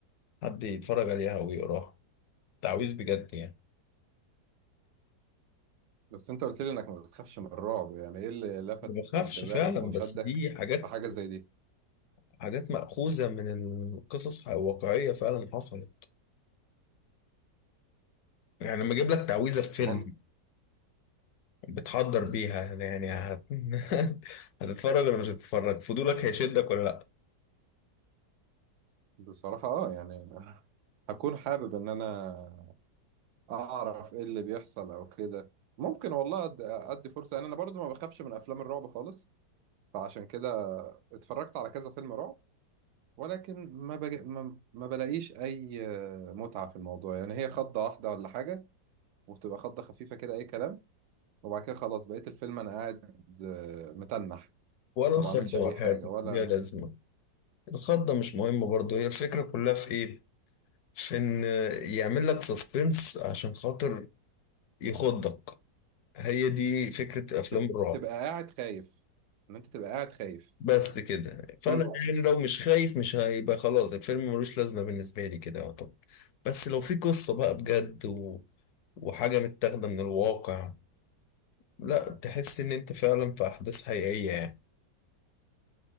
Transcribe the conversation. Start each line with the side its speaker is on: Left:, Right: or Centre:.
Left: حد يتفرج عليها او يقراها تعويذ بجد يعني
Right: بس انت قلت لي انك ما بتخافش من الرعب يعني ايه اللي لفت
Left: ما بخافش
Right: انتباهك
Left: فعلا
Right: او
Left: بس
Right: شدك
Left: دي حاجات
Right: في حاجه زي دي
Left: حاجات مأخوذة من القصص الواقعية فعلا حصلت يعني لما اجيب لك تعويذة في فيلم
Right: مم
Left: بتحضر بيها يعني هت... <laughs> هتتفرج ولا مش هتتفرج فضولك هيشدك ولا لا
Right: بصراحه اه يعني هكون حابب ان انا اعرف ايه اللي بيحصل او كده ممكن والله أد- ادي فرصه يعني انا برضو ما بخافش من افلام الرعب خالص فعشان كده اتفرجت على كذا فيلم رعب ولكن ما, بج... ما... ما بلاقيش اي آه، متعة في الموضوع يعني هي خضة واحدة ولا حاجة وبتبقى خضة خفيفة كده اي كلام وبعد كده خلاص بقيت الفيلم انا قاعد آه، متنح
Left: ولا الخضة
Right: ما بعملش اي
Left: وحياة
Right: حاجة ولا
Left: ليها لازمة الخضة مش مهمة برضه هي الفكرة كلها في ايه في ان يعمل لك سسبنس عشان خاطر يخضك هي دي فكرة افلام
Right: تب-
Left: الرعب
Right: تبقى قاعد خايف ان انت تبقى قاعد خايف
Left: بس كده فانا
Right: طول الوقت
Left: يعني لو مش خايف مش هيبقى خلاص الفيلم ملوش لازمة بالنسبة لي كده طب بس لو في قصة بقى بجد و... وحاجة متاخدة من الواقع لا تحس ان انت فعلا في احداث حقيقية يعني